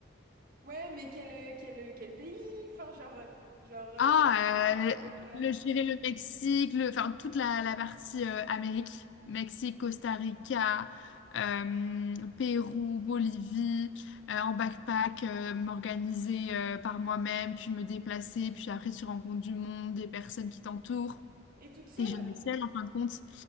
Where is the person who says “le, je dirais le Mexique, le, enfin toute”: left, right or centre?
Left